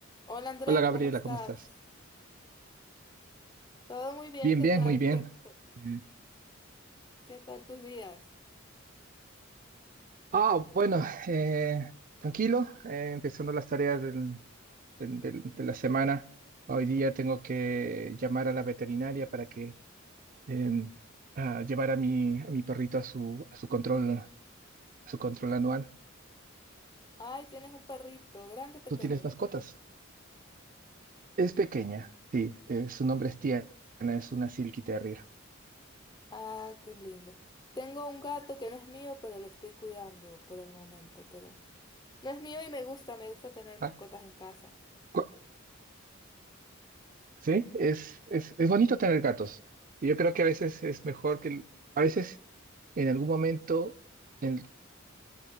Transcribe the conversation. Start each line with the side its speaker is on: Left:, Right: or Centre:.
Left: Hola Andrés,
Right: Hola Gabriela,
Left: ¿cómo estás?
Right: ¿cómo estás?
Left: Todo muy bien,
Right: Bien,
Left: ¿qué
Right: bien,
Left: tal?
Right: muy bien.
Left: ¿Qué, ta-
Right: Eh,
Left: qué tal tus días?
Right: Ah, bueno, eh, tranquilo, eh, empezando las tareas del- del- del- de la semana. Hoy día tengo que llamar a la veterinaria para que em, a llevar a mi, a mi perrito a su, a su control, a su control anual.
Left: Ay, tienes un perrito, grande, pequeño.
Right: ¿Tú tienes mascotas? Es pequeña, sí, eh, su nombre es Tiana, es una Silky Terrier.
Left: Ah, qué lindo. Tengo un gato que no es mío, pero lo estoy cuidando por el momento, pero no es mío y me gusta, me gusta tener mascotas
Right: Ah,
Left: en casa.
Right: cu- Sí, es, es, es bonito tener gatos. Y Yo creo que a veces es mejor que, el- a veces en algún momento en-